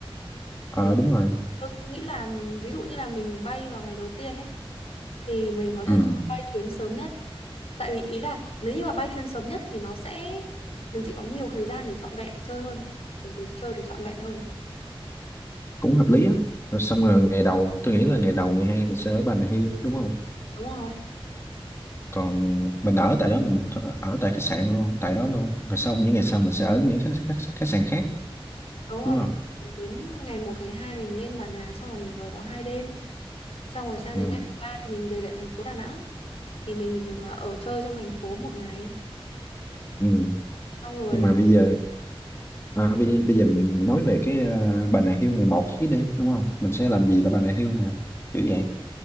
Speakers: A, on the left (about 25°); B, on the left (about 80°).
A: à,
B: thì
A: đúng rồi
B: tôi nghĩ là ví dụ như là mình bay vào ngày đầu tiên ấy thì mình có thể
A: ừ.
B: chọn bay chuyến sớm nhất. Tại vì ý là nếu như mà bay chuyến sớm nhất thì nó sẽ mình sẽ có nhiều thời gian để trọn vẹn chơi hơn ấy, để để chơi được trọn vẹn hơn ấy.
A: cũng hợp lý á rồi xong rồi ngày đầu tôi nghĩ là ngày đầu ngày hai mình sẽ ở Bà Nà Hills đúng không
B: Đúng rồi.
A: còn mình ở tại đó mình th- ở tại khách sạn luôn tại đó luôn rồi xong những ngày sau mình sẽ ở những khách khách, khách sạn khác
B: Đúng rồi
A: đúng không
B: thì đến ngày một ngày 2 mình lên Bà Nà xong là mình ở đó hai đêm. Xong rồi sang
A: ừ.
B: đến ngày thứ ba thì mình về lại thành phố Đà Nẵng. thì mình ờ, ở chơi trong thành phố một ngày
A: Ừ.
B: xong rồi
A: nhưng
B: là
A: mà bây giờ à, bây, bây giờ mình nói về cái à, Bà Nà Hills này một chứ đi đúng không mình sẽ làm gì tại Bà Nà Hills nè kiểu vậy